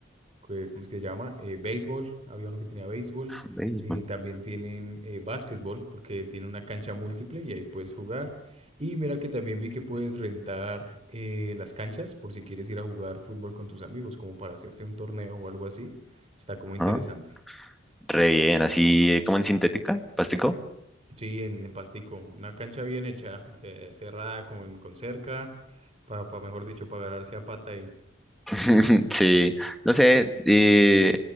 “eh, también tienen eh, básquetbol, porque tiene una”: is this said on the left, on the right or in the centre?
Right